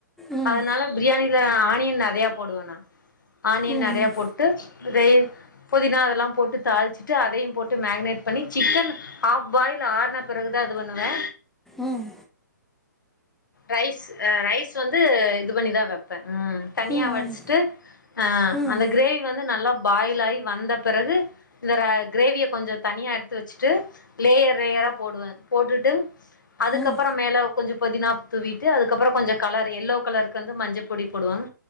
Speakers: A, in the centre; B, on the left.
A: ம்
B: அதனால பிரியாணில ஆனியன் நெறையாப் போடுவே நா ஆனியன்
A: ம்
B: நெறையப்
A: ம்
B: போட்டு ரை பொதினா அதெல்லாம் போட்டு தாள்ச்சிட்டு அதையும் போட் ட்டு மேகனேட் பண்ணி சிக்கன் ஹாஃப் பாயில் ஆனப் பிறகுதா இது பண்ணுவே
A: ம்
B: ரைஸ் அ ரைஸ் வந்து இது பண்ணிதா வெப் பே ம் தனியா
A: ம்
B: வடிச்ட்டு அ
A: ம்
B: அந்த கிரேவி வந்து நல்லாப் பாயிலாயி வந்தப் பிறகு இந்த ரே கிரேவியக் கொஞ்சோ தனியா எட்த்து வெச்சுட்டு லேயர் ரேயராப் போடுவே போட்டுட்டு அதுக்கப்பறம்
A: ம் ம்
B: மேல கொஞ்சோ பொதினாப் தூவிட்டு அதுக்கப்புறோ கொஞ்சக் கலரு எல்லோக் கலருக்கு வந்து மஞ்சப் பொடி போடுவாங்க